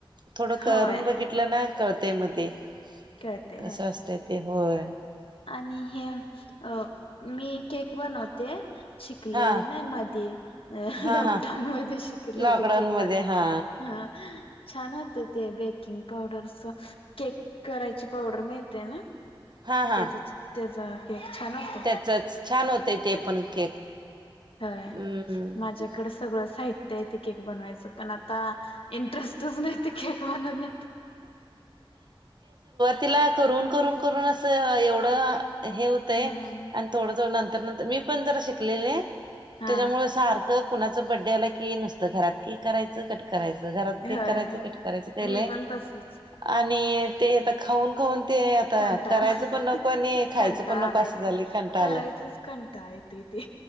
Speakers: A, on the right (about 50°); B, on the left (about 75°).
A: थोडं करून
B: होय
A: बघितलं ना कळतंय मग ते
B: कळते
A: कस
B: होय
A: असतंय ते होय.
B: आणि हे अ मी केक बनवते. शिकलेले
A: हा
B: नाही मधी अ
A: हा
B: लॉकडाऊन
A: हा
B: मध्ये शिकलेले
A: लॉकडाऊन
B: केक बन
A: मध्ये हा
B: हा. छान होते ते बेकिंग पावडरच केक करायची पावडर माहितेय ना.
A: हा हा
B: तेजाचा तेजा केक छान होतो.
A: च छान होतय ते पण केक.
B: हय
A: हम्म
B: माझ्याकडे सगळं साहित्य आहे ते केक बनवायचं पण आता इंटरेस्ट च नाही ते केक बनवण्यात.
A: तिला करून करून करून अस एवढं हे होतंय
B: हम्म
A: अन् थोड थोड नंतर नंतर मी पण जरां शिकलेले
B: हा
A: त्याच्यामुळ सार क कुणाचं बर्थडे आला की नुसतं घरात केक करायचं, कट करायचं, घरात केक
B: होय
A: करायचं कट करायचं. केलंय
B: मी पण तसचं.
A: आणि ते आता खाऊन खाऊन ते आता
B: कंटाळा
A: करायचं पण नको आणि खायचं
B: कंटाळा
A: पण नको
B: आलाय
A: असं झालंय कंटाळलंय
B: करायचच कंटाळा येते ते.